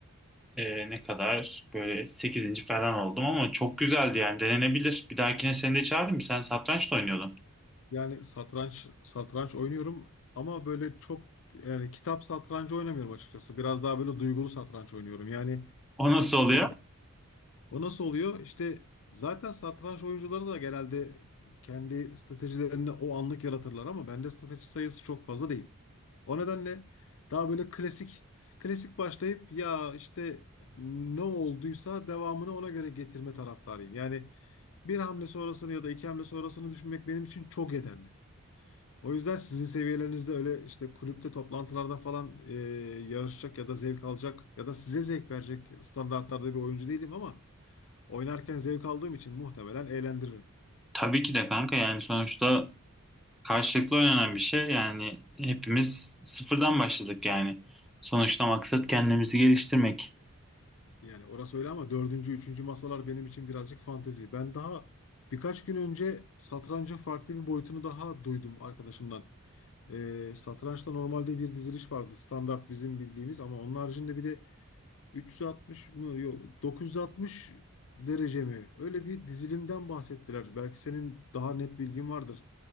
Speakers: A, in the centre; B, on the left.
A: e, ne kadar böyle sekizinci falan oldum ama çok güzeldi yani denenebilir. Bir dahakine seni de çağırdım. Sen satranç da oynuyordun.
B: Yani satranç satranç oynuyorum ama böyle çok yani kitap satrancı oynamıyorum açıkçası. Biraz daha böyle duygulu satranç oynuyorum. Yani
A: O nasıl oluyor?
B: e, o nasıl oluyor? İşte zaten satranç oyuncuları da genelde kendi stratejilerini o anlık yaratırlar ama bende strateji sayısı çok fazla değil. O nedenle daha böyle klasik klasik başlayıp ya işte ne olduysa devamını ona göre getirme taraftarıyım. Yani bir hamle sonrasını ya da iki hamle sonrasını düşünmek benim için çok yeterli. O yüzden sizin seviyelerinizde öyle işte kulüpte toplantılarda falan e, yarışacak ya da zevk alacak ya da size zevk verecek standartlarda bir oyuncu değilim ama oynarken zevk aldığım için muhtemelen eğlendiririm.
A: Tabii ki de kanka yani sonuçta karşılıklı oynanan bir şey. Yani hepimiz sıfırdan başladık yani. Sonuçta maksat kendimizi geliştirmek.
B: Yani orası öyle ama dördüncü, üçüncü masalar benim için birazcık fantezi. Ben daha birkaç gün önce satrancın farklı bir boyutunu daha duydum arkadaşımdan. Ee, satrançta normalde bir diziliş vardı. Standart bizim bildiğimiz ama onun haricinde bir de 360 mı yok 960 derece mi? Öyle bir dizilimden bahsettiler. Belki senin daha net bilgin vardır.